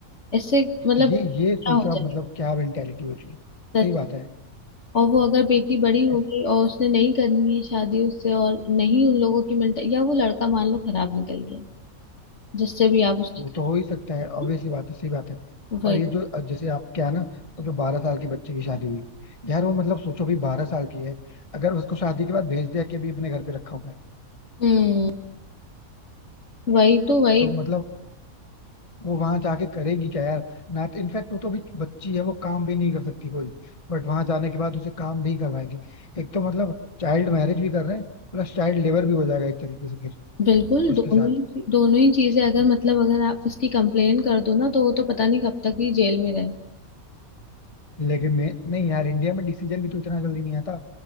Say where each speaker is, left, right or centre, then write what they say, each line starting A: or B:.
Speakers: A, on the left; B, on the left.
A: इससे मतलब
B: ये ये
A: क्या
B: सोचो
A: हो
B: आप
A: जाएगा
B: मतलब क्या मेंटेलिटी हो चुकी है
A: सच
B: सही बात है
A: और वो अगर बेटी बड़ी होगी
B: ऐस-
A: और उसने नहीं करनी है शादी उससे और नहीं उन लोगों की मेंटल या वो लड़का मान लो खराब निकल गया जिससे भी आप उसकी
B: वो
A: कर
B: तो हो ही सकता है
A: रहे
B: ऑब्वियसली बात है सही बात है
A: हैं, वही
B: और ये जो जैसे आप क्या ना वो जो बारह साल के बच्चे की शादी हुई यार वो मतलब सोचो भी बारह साल की है अगर उसको शादी के बाद भेज दिया कि अभी अपने घर पे रखा हुआ है
A: हम्म वही तो वही
B: तो मतलब वो वहां जाके करेगी क्या यार ना इनफैक्ट वो तो अभी बच्ची है वो काम भी नहीं कर सकती कोई बट वहां जाने के बाद उसे काम भी करवाएंगे एक तो मतलब चाइल्ड मैरिज भी कर रहे हैं प्लस चाइल्ड लेबर भी हो जाएगा एक तरीके से फिर
A: बिल्कुल
B: उसके
A: दोनों
B: साथ
A: ही दोनों ही चीजें अगर मतलब अगर आप इसकी कंप्लेन कर दो ना तो वो तो पता नहीं कब तक ही जेल में रहे
B: लेकिन मैं नहीं यार इंडिया में डिसीजन भी तो इतना जल्दी नहीं आता